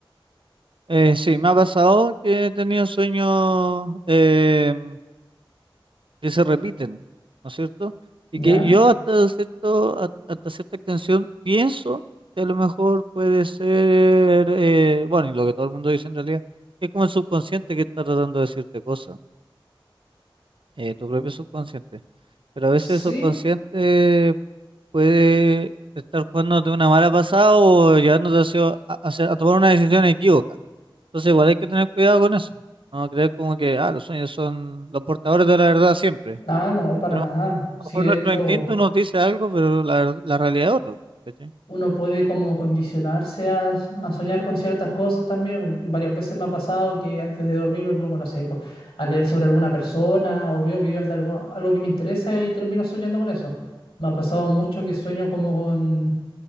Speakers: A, on the right; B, on the left.
A: Eh, sí, me ha pasado que he tenido sueños em, que se repiten, ¿no es cierto? Y
B: ¿Ya?
A: que yo hasta cierto, ha- hasta cierta extensión pienso que a lo mejor puede ser, eh, bueno, y lo que todo el mundo dice en realidad, que es como el subconsciente que está tratando de decirte cosas, eh, tu propio subconsciente. Pero a veces
B: Sí,
A: el subconsciente puede estar jugándote una mala pasada o llevándote hacia- a, hacia- a tomar una decisión equívoca. Entonces igual hay que tener cuidado con eso. No creer como que ah, los sueños son los portadores de la verdad siempre.
B: ah, no, para
A: A lo
B: nada.
A: a lo
B: Sí,
A: mejor
B: de
A: nuestro
B: hecho.
A: instinto nos dice algo, pero la, ver- la realidad es otra. ¿cachai?
B: uno puede como condicionarse a, so- a soñar con ciertas cosas también. Varias veces me ha pasado que antes de dormir me pongo, no sé, pues, a leer sobre alguna persona o veo videos de algo, algo que me interesa y termino soñando con eso. Me ha pasado mucho que sueño como con,